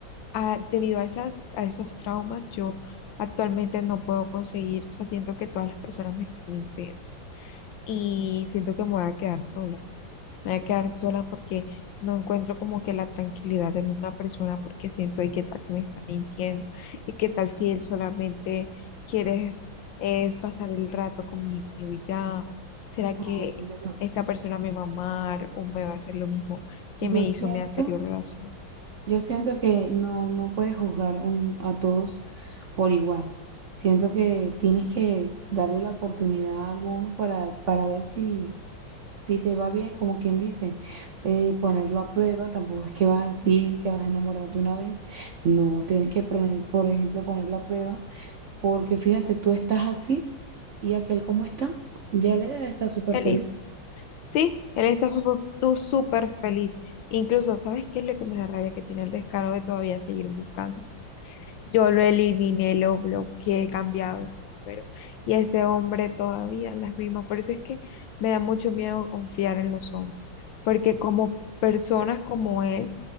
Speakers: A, on the left (about 75°); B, on the right (about 60°).
A: ah, debido a esas, a esos traumas, yo actualmente no puedo conseguir, o sea, siento que todas las personas me están mintiendo y siento que me voy a quedar sola. me voy a quedar sola porque no encuentro como que la tranquilidad en una persona porque siento, ¿y qué tal si me está mintiendo? ¿Y qué tal si él solamente quiere es es pasar el rato conmigo y ya? ¿Será que
B: No, mira, yo,
A: esta persona me va a amar o me va a hacer lo mismo que
B: yo
A: me
B: siento,
A: hizo mi anterior relación?
B: yo siento que no, no puedes juzgar un- a todos por igual. Siento que tienes que darle la oportunidad a alguno para, para ver si, si te va bien, como quien dice, Eh, ponerlo a prueba, tampoco es que vas a ir, y te vas a enamorar de una vez. No, tienes que poner, por ejemplo, ponerlo a prueba, porque fíjate, tú estás así y aquel como está, ya le debe estar súper
A: Feliz.
B: feliz.
A: Sí, él está su- tú súper feliz. Incluso, ¿sabes qué es lo que me da rabia? Que tiene el descaro de todavía seguir buscando. Yo lo eliminé, lo bloqueé, he cambiado de número. Y ese hombre todavía las mismas. Por eso es que me da mucho miedo confiar en los hombres. Porque como personas como él,